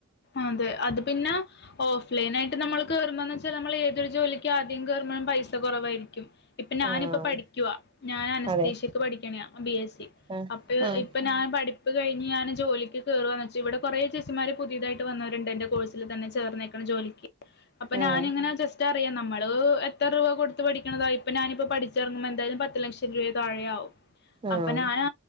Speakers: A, on the left; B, on the right.
A: അതെ അത് പിന്നെ പ്ലെയിനായിട്ട് നമ്മൾ കേറുമ്പൊ ന്ന് വെച്ചാ നമ്മള് ഏതൊരു ജോലിക്കും ആദ്യം കേറുമ്പഴും പൈസ കൊ റവായിരിക്കും. ഇപ്പൊ ഞാനിപ്പ
B: ആഹ്
A: പഠിക്കുവാ ഞാൻ അനസ്തേഷ്യക്ക്
B: അതെ
A: പഠിക്കെണ ആഹ് ബി എസ്
B: ആഹ്
A: അപ്പഴ്
B: ആഹ്
A: ഇപ്പൊ ഞാൻ പഠി പഠിപ്പ് കഴിഞ്ഞ് ഞാൻ ജോലിക്ക് കേറുവാന്ന് വെച്ച് ഇവടെ കൊറെ ചേച്ചിമാര് പുതിയതായി ട്ട് വന്നവരുണ്ട് എന്റെ കോഴ്സിൽ തന്നെ ചേർന്നേക്കണം ജോലിക്ക് അപ്പൊ ഞാൻ
B: ആഹ്
A: ഇങ്ങനെ ജസ്റ്റ് നമ്മള് എത്ര രൂപ കൊടുത്ത് പഠിക്കണതായി ഇപ്പൊ ഞാനി പഠിച്ചിറങ്ങുമ്പോ എന്തായാലും പത്ത് ലക്ഷം രൂപ താഴെയാവും
B: ആഹ്
A: അപ്പൊ ഞാന്